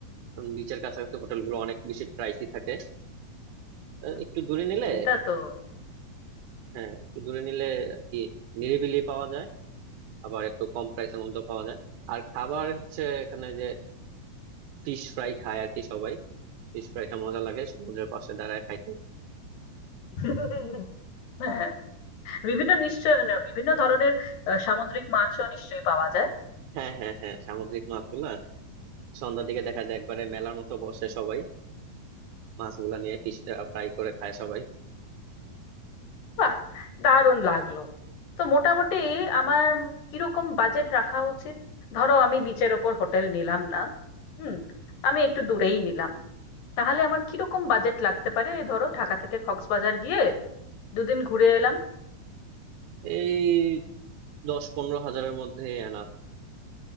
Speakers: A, on the right; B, on the left.
A: কারণ বিচের কাছাকাছি হোটেলগুলো অনেক বেশি প্রাইসই থাকে আহ,
B: হুম,
A: একটু দূরে নিলে
B: এটা তো
A: হ্যাঁ একটু দূরে নিলে আর কি নিরিবিলি পাওয়া যায় আবার একটু কম প্রাইসের মধ্যে পাওয়া যায় আর খাবার হচ্ছে এখানে যে ফিশ ফ্রাই খায় আর কি সবাই ফিশ ফ্রাইটা মজা লাগে সমুদ্রের পাশে দাঁড়ায় খাইতে
B: <laughs> হ্যাঁ বিভিন্ন নিশ্চয় না, বিভিন্ন ধরনের আহ, সামুদ্রিক মাছও নিশ্চয়ই পাওয়া যায়
A: হ্যাঁ হ্যাঁ হ্যাঁ সামুদ্রিক মাছগুলা সন্ধ্যার দিকে দেখা যায় একবারে মেলার মতো বসে সবাই মাছগুলা নিয়ে ফিশ ফ্রাই করে খায় সবাই
B: বাহ দারুণ লাগলো তো মোটামুটি আমার কিরকম বাজেট রাখা উচিত ধরো আমি বিচের ওপর হোটেল নিলাম না হুম আমি একটু দূরেই নিলাম তাহলে আমার কিরকম বাজেট লাগতে পারে ধরো ঢাকা থেকে কক্সবাজার গিয়ে দুদিন ঘুরে এলাম
A: এই দশ পনেরো হাজারের মধ্যে এনাফ